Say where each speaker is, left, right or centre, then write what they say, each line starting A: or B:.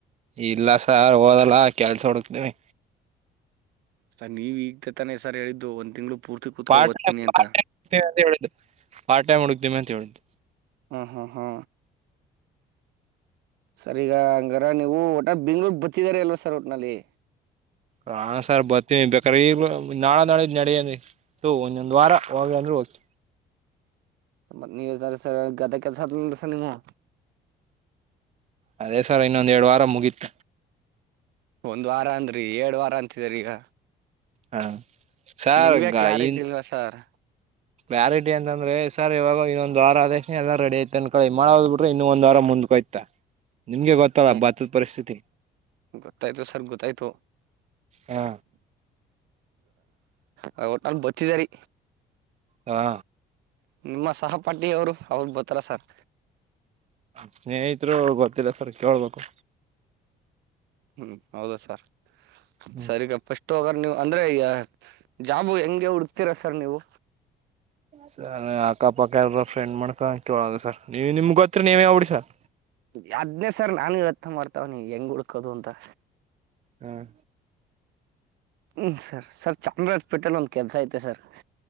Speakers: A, on the right; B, on the right.
A: ಇಲ್ಲ ಸರ್ ಹೋದಲ್ಲ ಕೆಲ್ಸ ಹುಡುಕ್ತೇವಿ
B: ಸರ್ ನೀವ ಈಗ್ದ ತಾನೆ ಸರ್ ಹೇಳಿದ್ದು ಒಂದ್ ತಿಂಗ್ಗಳು ಪೂರ್ತಿ ಕೂತ್ಕೊ
A: ಪಾಟ್
B: ಓದ್ತೀನಿ
A: ಅ
B: ಅಂತ
A: ಹೇಳು ಪಾ ಟೈಮ್ ಹುಡುಕ್ತೀವಿಿ ಅಂತ ಹೇಳಿದ್ದು
B: ಹಾ ಹಾ ಹಾ ಸರಿ ಈಗ ಹಂಗಾರ ನೀವು ಒಟ ಬೆಂಗ್ಳೂರ್ ಬತಿದಾರ ಅಲ್ವ ಸರ್ ಊಟ್ನಲ್ಲಿ
A: ಹ ಸರ್ ಬರ್ತೀನಿ ಬೇಕ್ರ ಈ ನಾಳ ನಾಡ್ ನಡ ತ ಒಂದೊಂದ್ ವಾರ ಹೋಗ ಅಂದರು ಹೋಗ್ತ
B: ಸಂಂಬತ್ ನೀವ ಸರ ಸರ್ ಗದೆ ಕೆಲ್ಸ ಆಲ್ ಸ ನಿಮ್ಮಾ
A: ಅದೇ ಸರ್ ಇನ್ನೊಂದ ಎರಡ್ ವಾರ ಮುಗೀತ
B: ಒಂದ್ ವಾರ ಅಂದ್ರಿ ಏಡ್ ವಾರ ಅಂತಿದಾರ ಈಗ
A: ಹ ಸರ್
B: ನಿಮ್ಗೆ ಕ್ಲಾರಿಟಿ
A: ಈ
B: ಇಲ್ವಾ ಸರ್
A: ಕ್ಲಾರಿಟಿ ಅಂತಂದ್ರೆ ಸರ್ ಇವಾಗ ಇನ್ನೊಂದ್ ವಾರ ಆದದ ಎಲ್ಲಾ ರೆಡಿ ಐ್ತ ಅನ್ಕಳಿ ಮಾಡ್ ಬಿಟ್ರೆ ಇನ್ನು ಒಂದ್ ವಾರ ಮುಂದ್ಕೋಯ್ತ. ನಿಮ್ಗೆ ಗೊತ್ತಲ್ಲ
B: ಹ್ಮ್
A: ಭತ್ತದ ಪರಿಸ್ಥಿತಿ
B: ಗೊತ್ತಾಯ್ತು ಸರ್ ಗೊತ್ತಾಯ್ತು
A: ಹಾ
B: ಹ ಒಟ್ ನಲ್ ಬತ್ತಿದರಿ
A: ಹಾ
B: ನಿಮ್ಮ ಸಹಪಾಠಿ ಅವರು ಅವಾಗ ಬೊತ್ತಾರ ಸರ್
A: ಸ್ನೇಹಿತರು ಗೊತ್ತಿಲ್ಲ ಸರ್ ಕೇಳ್ಬೇಕು
B: ಹ್ಮ್ ಹೌದ ಸರ್
A: ಹ್ಮ್
B: ಸರಿಗಪ್ಪ ಟ್ಟ ಹೋಗ ನೀವು ಅಂದ್ರೆ ಈ ಜಾಬು ಹೆಂಗೆ ಹುಡುಕ್ತೀರ ಸರ್ ನೀವು
A: ಸ ಅಕ್ಕಪಕ್ಕ ಎಲ್ ಫ್ರೆಂಡ್ ಮಾಡ್ಕ ಕೇಳದು ಸರ್ ನೀವ ನಿಮ್ಗ ಗತ್ರಿ ನೀವೇ ಹೋಗಬಡಿ ಸರ್
B: ಯದ್ನೇ ಸರ್ ನಾನು ಇವತ್ತ ಮಾಡ್ತವ ನೀ ಹೆಂಗ್ ಹುಡುಕ ಕದಂದ
A: ಹ್ಮ್
B: ಹ್ಮ ಸರ್ ಸರ್ ಚಾಮರಾಜಪೇಟೆೆಯಲ್ಲಿ ಒಂದ್ ಕೆಲ್ಸ ಐತೆ ಸರ್